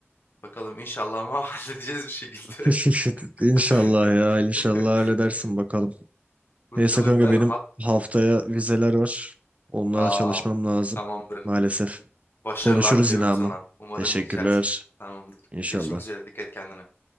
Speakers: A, on the left; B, on the right.
A: Bakalım inşallah ama <laughs> halledeceğiz bir şekilde.
B: <laughs> İnşallah
A: <laughs>
B: ya. inşallah halledersin bakalım.
A: Bakalım
B: Neyse kanka
A: ben
B: benim
A: hat...
B: haftaya vizeler var. Onlara
A: Aa,
B: çalışmam lazım.
A: tamamdır.
B: Maalesef.
A: Başarılar
B: Konuşuruz
A: diliyorum
B: yine ama.
A: sana. Umarım
B: Teşekkürler.
A: geçersin. Tamamdır.
B: İnşallah.
A: Görüşmek üzere. Dikkat et kendine.